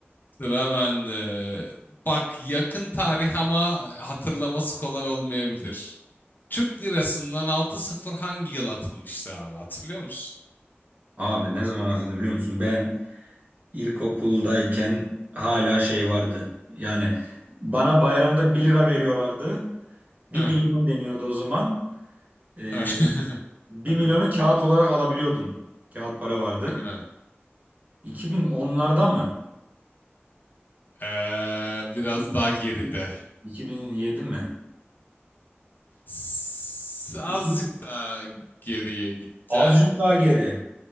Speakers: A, on the left; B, on the right.
A: Sıra bende. Bak yakın tarih ama hatırlaması kolay olmayabilir. Türk lirasından altı sıfır hangi yıl atılmıştı abi hatırlıyor musun?
B: Abi ne zaman atıldı biliyor musun? Ben ilkokuldayken hala şey vardı. Yani bana bayramda bir lira veriyorlardı. Bir
A: Heh.
B: milyon deniyordu o zaman. Ee,
A: <laughs>
B: Bir
A: Hadi
B: milyonu
A: bakalım.
B: kağıt olarak alabiliyordun. Kağıt para vardı.
A: Heh.
B: 2010'larda mı?
A: Ee, biraz
B: 2008,
A: daha geride.
B: 2007 mi?
A: S- azıcık
B: 2000.
A: daha geriye gideceksin.
B: Azıcık daha geri.